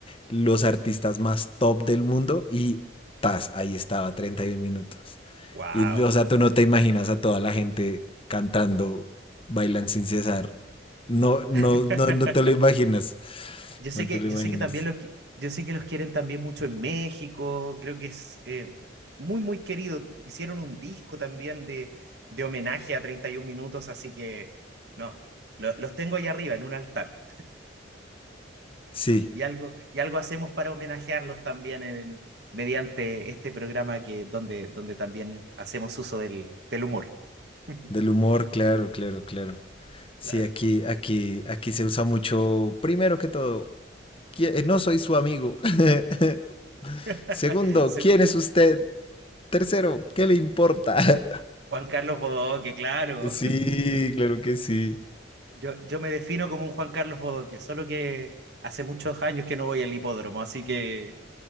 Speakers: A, on the left (about 30°); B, on the right (about 55°).
A: los artistas más top del mundo y tas, ahí estaba 31 minutos.
B: ¡Wow!
A: Y o sea, tú no te imaginas a toda la gente cantando, bailan sin cesar. No, no,
B: <laughs>
A: no, no te lo imaginas.
B: Yo sé
A: No
B: que,
A: te lo
B: yo
A: imaginas.
B: sé que también los, qui- yo sé que los quieren también mucho en México, creo que es eh, muy, muy querido. Hicieron un disco también de, de homenaje a 31 minutos, así que no, lo- los tengo ahí arriba en un altar.
A: Sí,
B: Y algo, y algo hacemos para homenajearlos también en- mediante este programa que, donde, donde también hacemos uso del, del humor. <laughs>
A: del humor, claro, claro, claro. Sí,
B: Claro.
A: aquí, aquí, aquí se usa mucho, primero que todo, ¿quién- no soy su amigo. <laughs>
B: <laughs>
A: Segundo,
B: Según
A: ¿quién es usted? Tercero, ¿qué le importa? <laughs>
B: Juan Carlos Bodoque, claro.
A: Sí, claro que sí.
B: Yo, yo me defino como un Juan Carlos Bodoque, solo que hace muchos años que no voy al hipódromo, así que